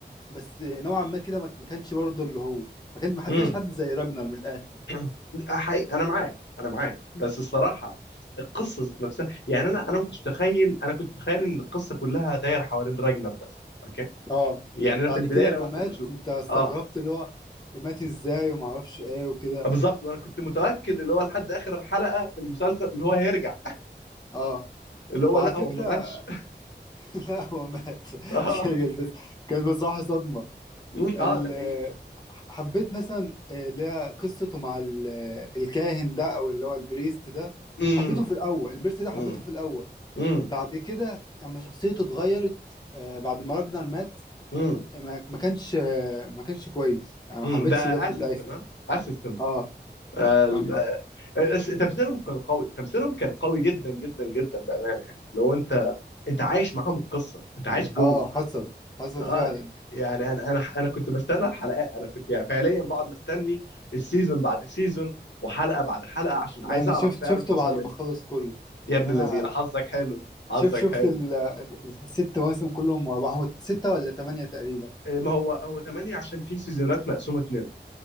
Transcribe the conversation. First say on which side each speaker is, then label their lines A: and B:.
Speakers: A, on the left; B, on the left.
A: بس نوعا ما كده ما ما كانش برضو اللي هو ما كانش ما حرفش
B: امم
A: حد زي راجنر من الآخر
B: <clears throat> حقيقي انا معاك انا معاك بس الصراحه القصه ذات نفسها يعني انا انا ما كنتش متخيل انا كنت متخيل ان القصه كلها دايره حوالين راجنر بس اوكي
A: اه
B: يعني انا
A: بعد
B: في البدايه
A: كده اما
B: لما
A: مات
B: كنت بشوف
A: انت استغربت
B: اه
A: اللي هو مات ازاي وما اعرفش ايه وكده
B: بالظبط وانا كنت متاكد اللي هو لحد اخر حلقه في المسلسل اللي هو هيرجع
A: اه
B: اللي هو
A: وعلى
B: لا
A: فكرة
B: هو ما ماتش
A: <laughs> لا هو مات <laughs>
B: <laughs> اه
A: كانت بس كانت بصراحة صدمة
B: مم،
A: ال-
B: اه ده حقيقي
A: حبيت مثلا آه، اللي هي قصته مع ال- آه، الكاهن ده او اللي هو البريست ده
B: امم
A: حبيته في الاول البريست ده حبيته
B: امم
A: في الاول
B: امم
A: بعد كده اما شخصيته اتغيرت آه، بعد ما راجنر مات
B: امم
A: ما ما كانش آه، ما كانش كويس يعني ما
B: امم
A: حبيتش
B: ده
A: ده في
B: اسيستن
A: الاخر
B: ها اسيستن
A: اه
B: آه،
A: ما
B: ال-
A: ما
B: آه، الس- تمثيلهم كان قوي تمثيلهم كان قوي جدا جدا جدا بامانه يعني لو انت انت عايش معاهم القصه انت عايش جوه
A: اه حصل حصل
B: اه
A: فعلا
B: يعني انا انا انا كنت بستنى الحلقات انا كنت يعني فعليا بقعد مستني السيزون بعد سيزون وحلقه بعد حلقه عشان
A: لا
B: عايز
A: انا
B: اعرف
A: شفت
B: فعلا
A: شفته
B: حصل
A: بعد ما
B: ايه
A: خلص كله
B: يا
A: يعني
B: ابن الذين
A: انا
B: حظك حلو حظك
A: شوف شفت
B: حلو
A: ال- الست مواسم كلهم ورا بعض هو ستة ولا تمانية تقريبا
B: إيه، ما هو هو 8 عشان في سيزونات مقسومه اتنين